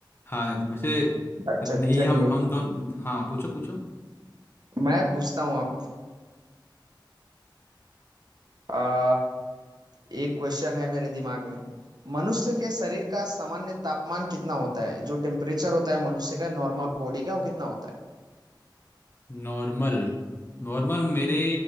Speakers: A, on the left; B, on the right.
A: हाँ वैसे
B: अच्छा
A: नहीं
B: चलिए
A: हम हम दोनों हाँ पूछो पूछो
B: मैं पूछता हूं अब आ, एक क्वेश्चन है मेरे दिमाग में मनुष्य के शरीर का सामान्य तापमान कितना होता है जो टेम्परेचर होता है मनुष्य का नॉर्मल बॉडी का वो कितना होता है
A: नॉर्मल नॉर्मल मेरे